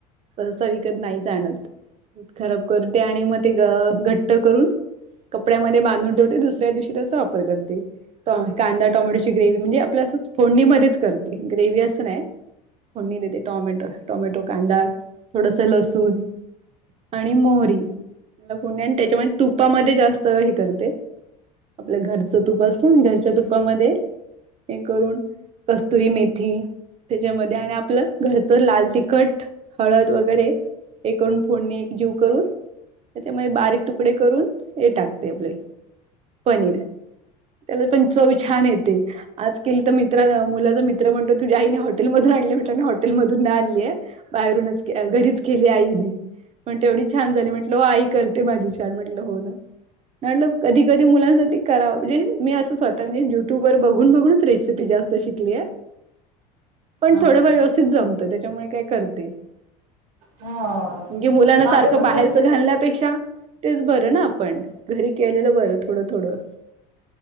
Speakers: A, on the right; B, on the right.
A: सहसा विकत नाही जाणत दूध खराब करून ते आणि मग ते घट्ट करून कपड्यामध्ये बांधून ठेवते दुसऱ्या दिवशी त्याचा वापर करते. कांदा टोमॅटोची ग्रेवही म्हणजे आपल्या असं फोडणीमध्येच करते ग्रेवही असं नाही. फडणी देते टॉमॅटो टॉमॅटो कांदा थोडस लसूण आणि मोहरी मला पुर्ण त्याच्यामध्ये तुपामध्ये जास्त हे करते आपलं घरचं तूप असत घरच्या तुपामध्ये हे करून कस्तुरी मेथी त्याच्यामध्ये आणि आपलं घरचं लाल तिखट हळद वगैरे एकून फोडणी एक जीव करून त्याच्यामध्ये बारीक तुकडे करून हे टाकते आपले पनीर त्याला पण चव छान येते. आज केली तर मित्र मुलाचा मित्र म्हणतो तुझ्या आईने हॉटेल मधून आणले मित्र हॉटेलमधून न आणलीय बाहेरूनच घरीच केली आईने म्हण तेवढी छान झाली म्हटलं आई करते. माझ श म्हट हो म्ह कधी कधी मुलांसाठी करा म्हणजे मी असं स्वतः म्हणजे युट्यूब वर बघून बघूनच रेसिपी जास्त शिकली आहे. पण
B: अच्छा
A: थोडफार व्यवस्थित जमतं त्याच्यामुळे काय करते.
B: हा
A: म्हणजे मुलाना
B: माझं
A: सारखं
B: पण
A: बाहेरच
B: तसच
A: घालण्यापेक्षा
B: आहे.
A: तेच बरं ना आपण घरी केलेलं बरं थोडं थोडं